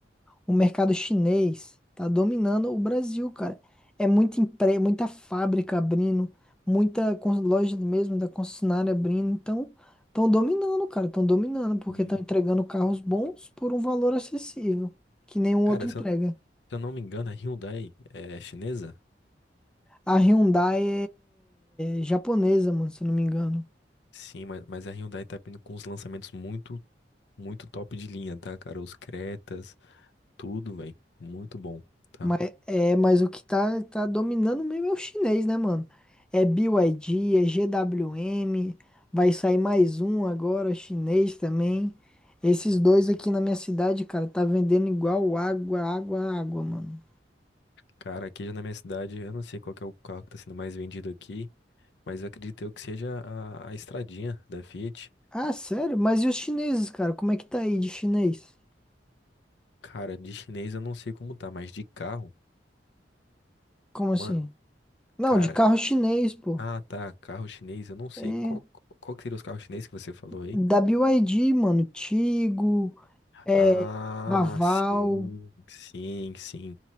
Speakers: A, in the centre; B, on the left (about 70°).
A: O mercado chinês tá dominando o Brasil, cara. É muita empre... muita fábrica abrindo, muita con- loja mesmo da concessionária abrindo. Então, estão dominando, cara. Estão dominando porque
B: Hum.
A: estão entregando carros bons por um valor acessível, que nenhum
B: Cara,
A: outro
B: se
A: entrega.
B: eu, se eu não me engano, a Hyundai é chinesa?
A: A Hyundai é japonesa, mano, se eu não me engano.
B: Sim, mas, mas a Hyundai tá vindo com uns lançamentos muito, muito top de linha, tá, cara? Os Cretas, tudo, velho. Muito bom. tá?
A: Mas, é, mas o que tá, tá dominando mesmo é o chinês, né, mano? É BYD, é GWM, vai sair mais um agora, chinês também. Esses dois aqui na minha cidade, cara, tá vendendo igual água, água, água, mano.
B: Cara, aqui já na minha cidade, eu não sei qual que é o carro que tá sendo mais vendido aqui, mas eu acredito eu que seja a, a estradinha da Fiat.
A: Ah, sério? Mas e os chineses, cara? Como é que tá aí de chinês?
B: Cara, de chinês eu não sei como tá, mas de carro,
A: Como assim?
B: mano,
A: Não,
B: cara,
A: de carro chinês, pô.
B: ah tá, carro chinês, eu não sei
A: É,
B: qual, qual que seria os carros chineses que você falou aí.
A: da BYD, mano, Tigo, é,
B: Ah,
A: Raval,
B: sim, sim, sim.